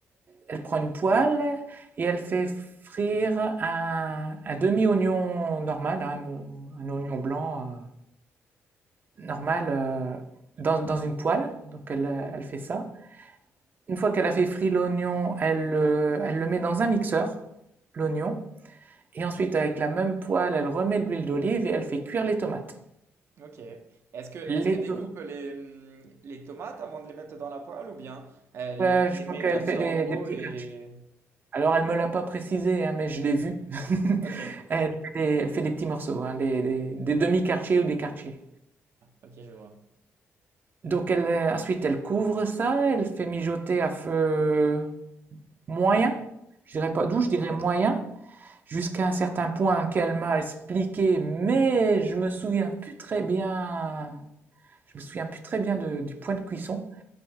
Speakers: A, on the right; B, on the right.
A: elle prend une poêle et elle fait frire un, un demi-oignon normal, hein, un, un oignon blanc. euh, normale euh, dans, dans une poêle, donc elle, euh, elle fait ça. Une fois qu'elle a fait frire l'oignon, elle, euh, elle le met dans un mixeur, l'oignon, et ensuite avec la même poêle, elle remet de l'huile d'olive et elle fait cuire les tomates.
B: Ok. Est-ce que est-ce
A: Les
B: qu'elle découpe
A: to-
B: les, hum, les tomates avant de les mettre dans la poêle ou bien elle
A: ouais,
B: les
A: je crois
B: met
A: qu'elle
B: comme
A: fait
B: ça
A: des,
B: en gros
A: des petits
B: et...
A: quartiers. Alors elle me l'a pas précisé, hein, mais je l'ai vu. <laughs>
B: Ok. Ouais,
A: Elle fait des, elle fait des petits morceaux, hein, des, des- des demi-quartiers ou des quartiers.
B: ok, je vois.
A: Donc elle, euh, ensuite elle couvre ça, elle fait mijoter à feu moyen, je dirais pas
B: Ouais.
A: doux, je dirais moyen, jusqu'à un certain point qu'elle m'a expliqué, mais je me souviens plus très bien. Je me souviens plus très bien de- du point de cuisson.